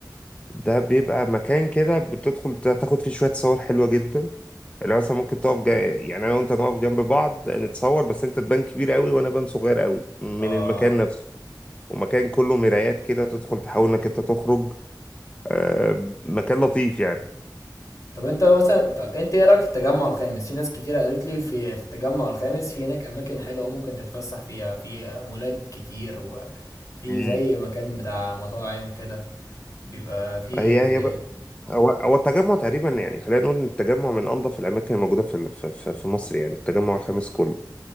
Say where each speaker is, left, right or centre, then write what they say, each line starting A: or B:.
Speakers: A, on the left (about 15°); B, on the left (about 50°).
A: ده بيبقى مكان كده بتدخل تا- تاخد فيه شوية صور حلوة جدا اللي هو مثلا ممكن تقف جا... يعني انا وانت نقف جنب بعض نتصور بس انت تبان كبير قوي وانا بان صغير قوي من
B: اه
A: المكان نفسه ومكان كله مرايات كده تدخل تحاول انك انت تخرج آه، مكان لطيف يعني
B: طب أنت مثلا طب أنت إيه رأيك في التجمع الخامس؟ في ناس كتيرة قالت لي في في التجمع الخامس في هناك أماكن حلوة أوي ممكن تتفسح فيها في مولات كتير وفي
A: مم.
B: زي مكان بتاع مطاعم كده بيبقى فيه
A: هي
B: زي
A: هي بقى هو هو التجمع تقريبا يعني خلينا نقول ان التجمع من انظف الاماكن الموجوده في في في في مصر يعني التجمع الخامس كله